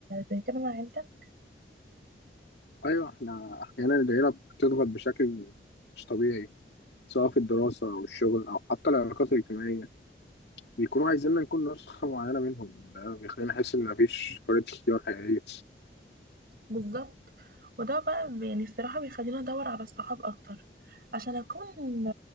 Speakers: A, on the right; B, on the left.
A: زي كده مع عيلتك
B: ايوه احنا احيانا العيله بتضغط بشكل مش طبيعي سواء في الدراسه او الشغل او حتى العلاقات الاجتماعيه بيكونوا عايزيننا نكون نسخه معينه منهم وده بيخلينا نحس ان مفيش حريه اختيار حقيقيه
A: بالظبط وده بقى بي- يعني الصراحة بيخليني أدور على الصحاب أكتر عشان أكون